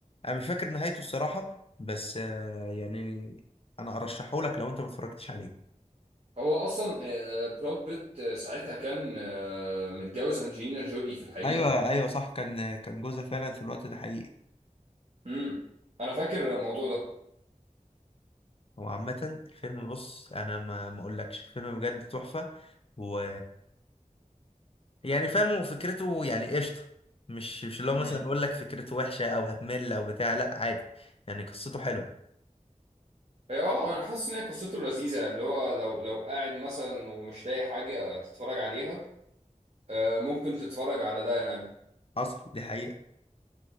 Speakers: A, on the left; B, on the right.
A: انا مش فاكر نهايته الصراحة بس آه، يعني انا ارشحه لك لو انت ما اتفرجتش عليه
B: هو اصلا آه، براد بيت آه، ساعتها كان آه، متجوز انجلينا جولي في الحقيقه
A: ايوه ايوه صح كان كان جوزها فعلا في الوقت ده حقيقي
B: امم انا فاكر الموضوع ده
A: هو عامة الفيلم بص انا ما ما اقولكش الفيلم بجد تحفة و... يعني فاهمه وفكرته يعني قشطة مش مش اللي هو مثلا
B: امم
A: اقول لك فكرته وحشة او هتمل او بتاع لا عادي يعني قصته حلوة
B: اه انا حاسس ان هي قصته لذيذه يعني اللي هو لو لو قاعد مثلا ومش لاقي حاجه تتفرج عليها آه، ممكن تتفرج على ده يعني
A: حصل دي حقيقة